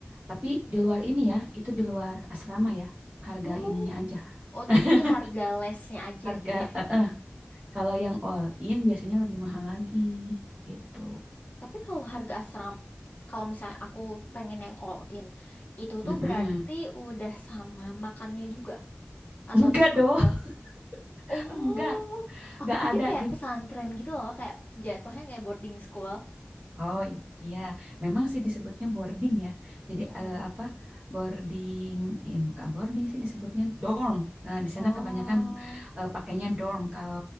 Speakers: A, on the right; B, on the left.
A: tapi di luar ini ya, itu di luar asrama ya, harga
B: oh,
A: ininya aja.
B: oh
A: <laughs>
B: jadi itu harga lesnya aja
A: Harga,
B: gitu ya?
A: eh, eh. Kalau yang all in biasanya lebih mahal lagi gitu.
B: Tapi kalau harga asrama, kalau misalnya aku pengen yang all in, itu
A: Mm-mm.
B: tuh berarti udah sama makannya juga atau
A: Enggak
B: cuma
A: dong,
B: tinggal?
A: <laughs>
B: Oh,
A: enggak,
B: aku
A: enggak
B: pikir
A: ada
B: kayak
A: di
B: pesantren gitu loh, kayak jatuhnya kayak boarding school.
A: Oh i- iya, memang sih disebutnya boarding ya. Jadi
B: Mm-mm.
A: eh, apa boarding, ya, bukan boarding sih disebutnya dorm. Eh, di sana
B: Oh,
A: kebanyakan eh, pakainya dorm. Kalau